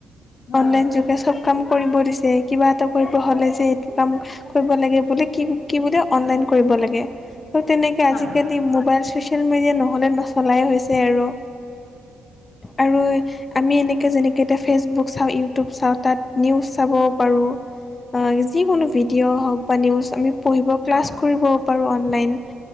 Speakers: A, on the left; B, on the left.
A: হয়
B: অনলাইন যোগে চব কাম কৰিব দিছে কিবা এটা কৰিব হ'লে যে এইটো কাম- কৰিব লাগে বুলি কি কি বোলে অনলাইন কৰিব লাগে ত তেনেকে
A: হয়
B: আজিকালি মবাইল চুইচ- নহ'লে নচলাই হৈছে আৰু। আৰু আমি এনেকে যেনেকে এতিয়া ফেচবুক- চাওঁ ইউটিউব চাওঁ তাত নিউজ চাব পাৰোঁ। যিকোনো ভিডিঅ' হওক বা নিউজ আমি পঢ়িব ক্লাছ
A: হয়
B: কৰিব পাৰোঁ অনলাইন।